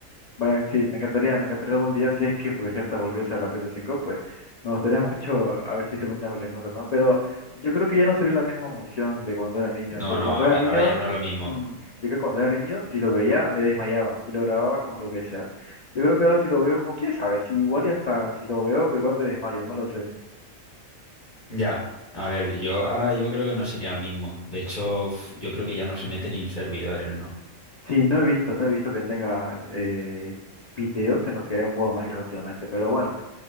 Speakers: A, on the left; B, on the left.
A: Bueno, sí, me encantaría, me encantaría algún día, si es que pues esta volviese a la PS5, pues me gustaría mucho a ver si es que algún día me lo encuentro, ¿no? Pero yo creo que ya no sería la misma emoción de cuando era niño,
B: no,
A: porque
B: no,
A: cuando
B: ahora,
A: era niño,
B: ahora ya no es lo mismo.
A: mm, yo creo que cuando era niño, si lo veía, me desmayaba y lo grababa con lo que sea. Yo creo que ahora si lo veo, o quién sabe, si igual y hasta si lo veo, pues igual me desmayo, no lo sé.
B: Ya, a ver, yo ahora yo creo que no sería lo mismo. De hecho, f- yo creo que ya no se mete ni en servidores, ¿no?
A: Sí, no he visto, no he visto que tenga eh, videos en los que haya jugado Minecraft últimamente, pero bueno.